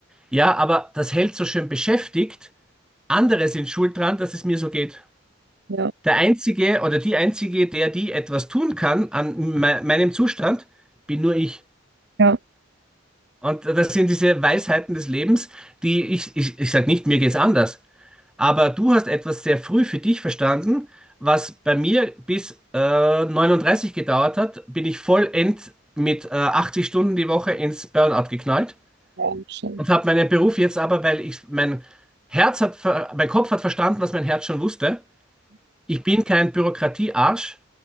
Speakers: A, in the centre; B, on the right.
A: Ja, aber das hält so schön beschäftigt. Andere sind schuld dran, dass es mir so geht.
B: Ja,
A: Der Einzige oder die Einzige, der die etwas tun kann an me meinem Zustand, bin nur ich.
B: ja,
A: Und das sind diese Weisheiten des Lebens, die ich, ich, ich sage nicht, mir geht's anders, aber du hast etwas sehr früh für dich verstanden, was bei mir bis äh, 39 gedauert hat, bin ich vollend mit äh, 80 Stunden die Woche ins Burnout geknallt
B: ja, scheiße.
A: und habe meinen Beruf jetzt aber, weil ich mein Herz hat, ver- mein Kopf hat verstanden, was mein Herz schon wusste. Ich bin kein Bürokratiearsch,